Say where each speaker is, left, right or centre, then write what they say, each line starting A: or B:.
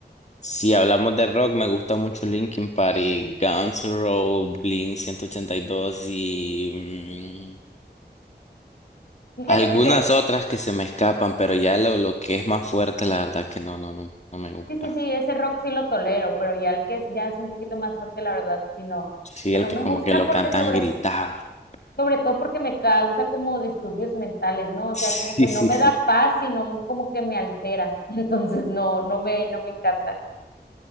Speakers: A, on the left (about 40°); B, on the left (about 65°).
A: si hablamos de rock, me gusta mucho Linkin Park y Guns N' Roses, Blink 182 y dos y mm,
B: Fíjate
A: algunas
B: que ese,
A: otras que se me escapan, pero ya lo, lo que es más fuerte, la verdad que no, no, no, no me gusta.
B: sí, sí, sí, ese rock sí lo tolero, pero ya el que es, ya es un poquito más fuerte, la verdad, si no,
A: Sí, el
B: no
A: que
B: me
A: como
B: gusta
A: que lo
B: porque
A: cantan
B: sobre
A: gritado. <laughs>
B: sobre todo porque me causa como disturbios mentales, ¿no? O
A: Sí,
B: sea, como que no
A: sí,
B: me
A: sí.
B: da paz, sino como que me altera. <laughs> Entonces, no, no me, no me encanta.